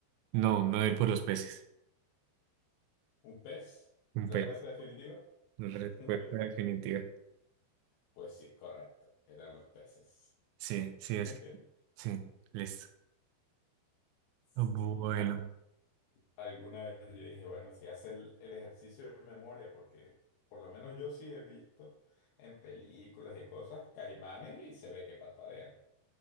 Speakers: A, on the right; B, on the left.
A: No, me voy a ir por los peces.
B: ¿Un pez?
A: Un
B: ¿Respuesta
A: pez.
B: definitiva?
A: La Respuesta
B: <laughs>
A: definitiva.
B: Pues sí, correcto. Eran los peces.
A: Sí, sí, es
B: <laughs>
A: que. Sí, listo.
B: Sí,
A: Bueno,
B: yo. Alguna vez yo dije, bueno, si hace el, el ejercicio de memoria, porque por lo menos yo sí he visto en películas y cosas caimanes y se ve que parpadean.